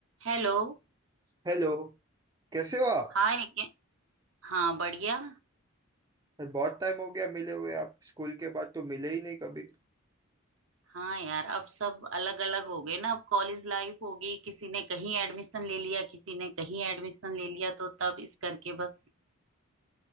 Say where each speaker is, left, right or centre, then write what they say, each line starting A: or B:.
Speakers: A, on the right (about 60°); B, on the right (about 15°).
A: Hello
B: Hello कैसे हो आप
A: Hi के- हाँ बढ़िया
B: बहुत टाइम हो गया मिले हुए आप स्कूल के बाद तो मिले ही नहीं कभी
A: हाँ यार अब सब अलग अलग हो गए ना अब कॉलेज लाइफ होगी किसी ने कहीं एडमिशन ले लिया किसी ने कहीं एडमिशन ले लिया तो तब इस करके बस